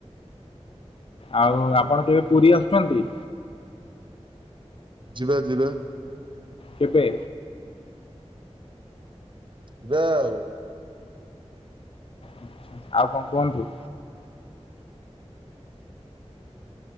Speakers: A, on the left (about 55°); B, on the right (about 45°).
A: ଆଉ
B: ହୁଁ,
A: ଆପଣ କେବେ ପୁରୀ ଆସୁଚନ୍ତି?
B: ଯିବା ଯିବା।
A: କେବେ?
B: ଯିବା ଆଉ।
A: ଆଚ୍ଛା। ଆଉ କଣ କୁହନ୍ତୁ?